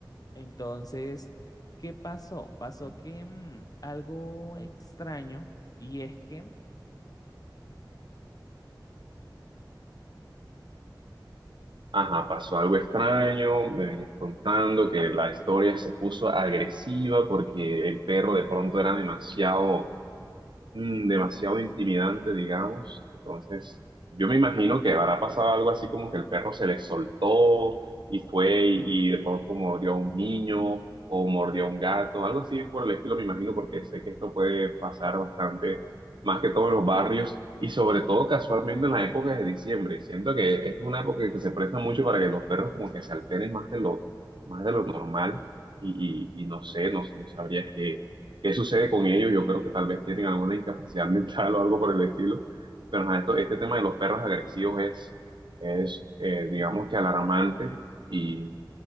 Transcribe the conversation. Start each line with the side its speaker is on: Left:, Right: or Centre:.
Left: Entonces, ¿qué pasó? Pasó que mmm, algo extraño y es que
Right: Ajá, pasó algo extraño, me venías contando que la historia se puso agresiva porque el perro de pronto era demasiado mm, demasiado intimidante, digamos. Entonces, yo me imagino que habrá pasado algo así como que el perro se le soltó y fue y, y de pronto mordió a un niño o mordió a un gato, algo así por el estilo, me imagino, porque sé que esto puede pasar bastante, más que todo en los barrios y sobre todo casualmente en las épocas de diciembre. Siento que esta es una época que se presta mucho para que los perros como que se alteren más de lo, más de lo normal y, y- y no sé, no, no sabría qué qué sucede con ellos. Yo creo que tal vez tienen alguna incapacidad <laughs> mental o algo por el estilo. Pero ajá, esto- este tema de los perros agresivos es, es eh, digamos que alarmante y,